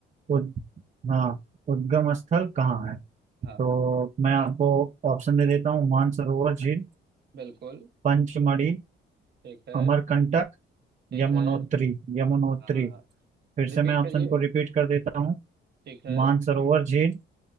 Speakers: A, on the right (about 35°); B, on the right (about 55°).
A: उद हाँ उद्गम स्थल कहाँ है
B: हाँ
A: तो मैं आपको ऑप्शन दे देता हूँ मानसरोवर झील
B: बिल्कुल
A: पंचमढ़ी
B: ठीक है
A: अमरकंटक
B: ठीक
A: यमुनोत्री
B: है
A: यमुनोत्री
B: हाँ
A: फिर
B: रिपीट
A: से मैं ऑप्शन
B: करिए
A: को रिपीट कर देता हूँ
B: ठीक है
A: मानसरोवर झील